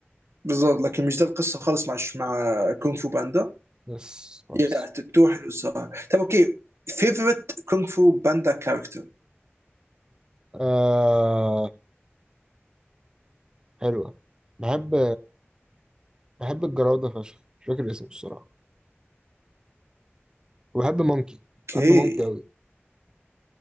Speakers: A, on the right (about 85°); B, on the right (about 20°).
A: بالظبط لكن مش ده القصه خالص مع مع كونغ فو باندا
B: يس خالص
A: يا تتو حلو الصراحه طب اوكي فيفورت كونغ فو باندا كاركتر
B: آه حلوة بحب بحب الجراودة فشخ مش فاكر اسمه الصراحة وبحب مونكي
A: اوكي
B: بحب مونكي أوي